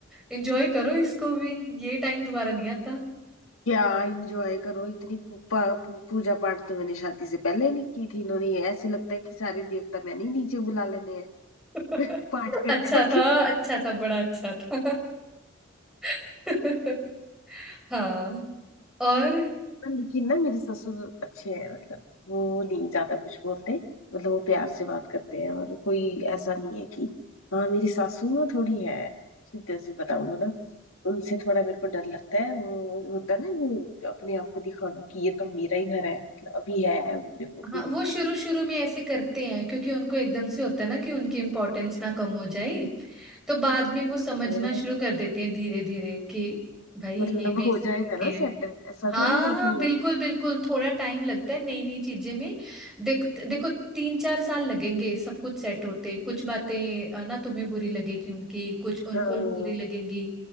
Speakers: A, in the centre; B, on the left.
A: एंजॉय करो इसको भी ये टाइम दोबारा नहीं आता
B: क्या एंजॉय करो इतनी पू, पा, पू, पूजा पाठ तो मैंने शादी से पहले नहीं की थी इन्होंने ये ऐसे लगता है कि सारे देवता मैंने ही नीचे बुला लेने हैं
A: <laughs>
B: <laughs> पाठ
A: अच्छा
B: कर करके
A: था अच्छा था बड़ा अच्छा था <laughs> हाँ और
B: पर लेकिन ना मेरे ससुर अच्छे हैं मतलब वो नहीं ज्यादा कुछ बोलते मतलब वो प्यार से बात करते हैं और कोई ऐसा नहीं है कि हाँ मेरी सासू ना थोड़ी है सीधे से बताऊंगा ना उनसे थोड़ा मेरे को डर लगता है वो होता है ना वो अपने आप को दिखाना कि ये तो मेरा ही घर है मतलब अभी है उनमें वो
A: हाँ
B: फीलिंग
A: वो शुरू शुरू में ऐसे करते हैं क्योंकि उनको एकदम से होता है ना कि उनकी इम्पोर्टेंस ना कम हो जाए तो बाद में वो समझना
B: हाँ,
A: शुरू कर देते हैं धीरे धीरे कि भाई
B: मतलब
A: ये भी
B: हो
A: इसी
B: जाएगा
A: करके
B: ना
A: है
B: सेट ऐसा
A: हाँ
B: तो नहीं है
A: हाँ
B: कि मैं
A: बिल्कुल बिल्कुल थोड़ा टाइम लगता है नई नई चीजें में देख देखो तीन चार साल लगेंगे सब कुछ सेट होते कुछ बातें है ना तुम्हें बुरी लगेगी उनकी कुछ उनको
B: हाँ
A: बुरी लगेंगी